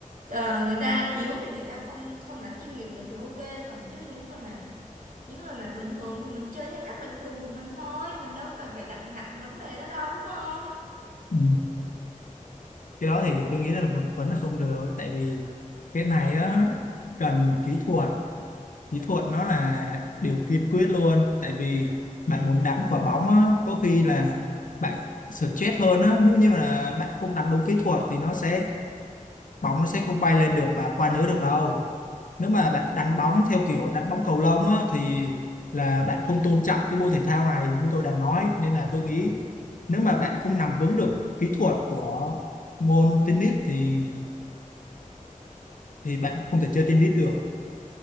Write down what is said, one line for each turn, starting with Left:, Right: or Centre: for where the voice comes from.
Right: ờ, người ta yếu thì người ta không không đánh chuyên nghiệp được thì ok còn chứ những người mà những người mà bình thường thì mình chơi theo cách bình thường của mình thôi mình đâu cần phải đặt nặng vấn đề đó đâu đúng không
Left: Ừ. cái đó thì tôi nghĩ là vẫn, vẫn là không được tại vì cái này á cần kỹ thuật kỹ thuật nó là điều kiên quyết luôn tại vì bạn muốn đánh quả bóng á có khi là bạn stress hơn á nếu như là bạn không đánh đúng kỹ thuật thì nó sẽ bóng nó sẽ không bay lên được và qua lưới được đâu nếu mà bạn đánh bóng theo kiểu đánh bóng cầu lông á thì là bạn không tôn trọng cái môn thể thao này như tôi đã nói nên là tôi nghĩ nếu mà bạn không nắm vững được kỹ thuật của môn tennis thì thì bạn không thể chơi tennis được